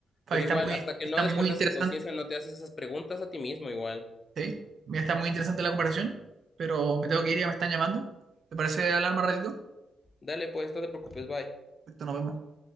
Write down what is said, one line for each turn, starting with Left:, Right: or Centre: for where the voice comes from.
Right: Fabi,
Left: pero
Right: está
Left: igual,
Right: muy,
Left: hasta que
Right: está
Left: no despertas
Right: muy interesante.
Left: tu conciencia, no te haces esas preguntas a ti mismo igual.
Right: Sí, mira, está muy interesante la comparación, pero me tengo que ir, ya me están llamando. ¿Te parece hablar más ratito?
Left: Dale, pues, no te preocupes, bye.
Right: Perfecto, nos vemos.